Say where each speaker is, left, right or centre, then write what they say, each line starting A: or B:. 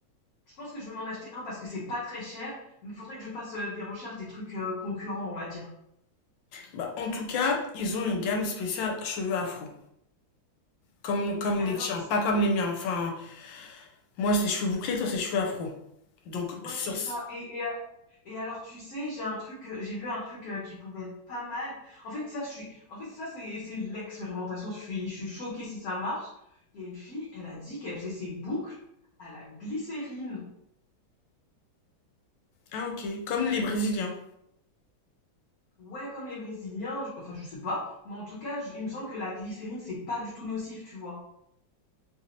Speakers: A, on the left; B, on the left.
A: je pense que je vais m'en acheter un parce que c'est pas très cher, mais il faudrait que je fasse euh, des recherches des trucs euh, concurrents, on va dire.
B: bah, en tout cas, ils ont une gamme spéciale cheveux afro. Comme, comme
A: Et alors,
B: les tiens, pas comme les miens. Enfin, moi, c'est cheveux bouclés, toi, c'est cheveux afro. Donc,
A: ouais,
B: sur
A: c'est ça.
B: ce-
A: Et, et Et alors, tu sais, j'ai un truc, euh, j'ai vu un truc euh, qui pouvait être pas mal. En fait, ça, je suis, en fait, ça, c'est, c'est l'expérimentation. Je suis, je suis choquée si ça marche. Il y a une fille, elle a dit qu'elle faisait ses boucles à la glycérine.
B: Ah, ok. Comme les Brésiliens.
A: Ouais, comme les Brésiliens, je- enfin, je sais pas, mais en tout cas, je- il me semble que la glycérine, c'est pas du tout nocif, tu vois.